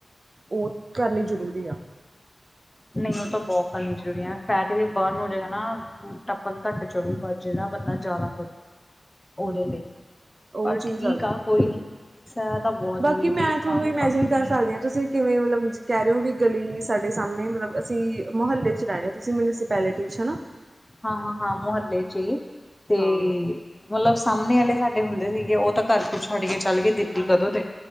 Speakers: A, on the right (about 55°); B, on the left (about 15°).
A: ਓ ਕਰਨੀ ਜ਼ਰੂਰੀ ਆ।
B: ਨਈ ਓ ਤਾਂ ਬੋ ਕਰਨੀ ਜ਼ਰੂਰੀ ਆ, ਫੈਟ ਵੀ ਬਰਨ ਹੋ ਜੇਗਾ ਨਾ। ਮੋਟੱਪਣ ਘੱਟ ਚੜੂਗਾ ਜਗੜਾ ਬੰਦਾ ਜਾਦਾ ਕਰੂ
A: ਹਮ
B: ਓਦੇ ਲਈ।
A: ਉਹ
B: ਪਰ
A: ਚੀਜ਼
B: ਠੀਕ
A: ਜਾਂਦੀ
B: ਆ, ਕੋਈ ਨੀ ਸੈਰ ਤਾਂ ਬੋਤ
A: ਬਾਕੀ
B: ਜ਼ਰੂਰੀ ਐ
A: ਮੈਂ
B: ਬਈ
A: ਤੁਹਾਨੂੰ
B: ਸਾਰੇ
A: ਇਮੈਜਿਨ
B: ਪਾਸੇ
A: ਕਰ ਸਕਦੀ
B: ਈ
A: ਹਾਂ ਤੁਸੀਂ ਕਿਵੇਂ ਮਤਲਬ ਕੈ ਰੈ ਓ ਵੀ ਗਲੀ ਸਾਡੇ ਸਾਮਣੇ ਮਲਬ ਅਸੀਂ ਮੁਹੱਲੇ 'ਚ ਰੈਣੇ ਓ ਤੁਸੀਂ ਮਿਊਨਸੀਪੈਲਿਟੀ 'ਚ ਹਨਾ।
B: ਹਾਂ ਹਾਂ ਹਾਂ, ਮੁਹੱਲੇ ਚ ਈ ਤੇ
A: ਹਾਂ
B: ਮਲਬ ਸਾਹਮਨੇ ਆਲੇ ਸਾਡੇ ਹੁੰਦੇ ਸੀਗੇ ਉਹ ਤਾਂ ਘਰ ਘੁਰ ਛੱਡ ਕੇ ਚੱਲ ਗੇ ਦਿੱਲੀ ਕਦੋਂ ਦੇ